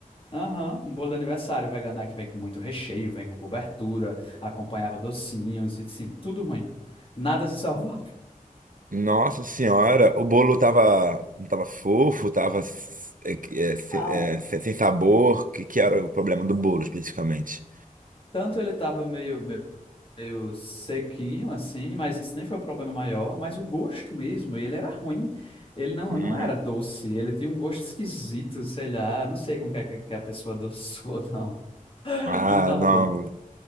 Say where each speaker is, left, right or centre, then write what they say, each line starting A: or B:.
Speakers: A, on the left (about 40°); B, on the right (about 65°).
A: aham, um bolo de aniversário vegano é que vem com muito recheio, vem com cobertura, acompanhava docinhos, e assim, tudo ruim. Nada se salvava.
B: Nossa senhora, o bolo tava, tava fofo, tava é, é, se-
A: Não,
B: é, se- sem sabor. O Que, que era o problema do bolo especificamente?
A: tanto ele tava meio, meio meio sequinho, assim, mas isso nem foi o problema maior, mas o gosto mesmo, ele era ruim. Ele não,
B: Hum.
A: não era doce, ele tinha um gosto esquisito, sei lá, não sei como que, é que que a pessoa adoçou, <laughs> não.
B: Ah,
A: Não tava
B: não.
A: bom.